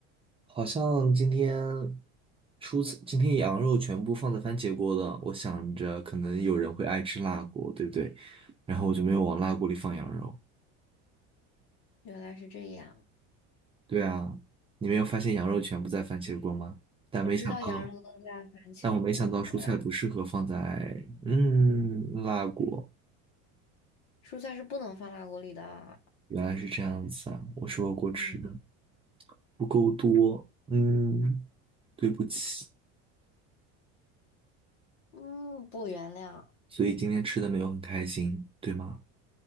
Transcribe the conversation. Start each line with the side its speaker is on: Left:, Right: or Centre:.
Right: 好像今天蔬菜，今天羊肉全部放在番茄锅了。我想着可能有人会爱吃辣锅，对不对？然后我就没有往辣锅里放羊肉。
Left: 原来是这样，
Right: 对啊，你没有发现羊肉全部在番茄锅吗？但没想到，
Left: 我知道羊肉能在番茄锅，
Right: 但我没想到蔬菜不适合放在嗯辣锅。
Left: 然后蔬菜是不能放辣锅里的。
Right: 原来是这样子啊，我是我过吃的
Left: 嗯
Right: 不够多，嗯，对不起，
Left: 嗯，不原谅，
Right: 所以今天吃的没有很开心，对吗？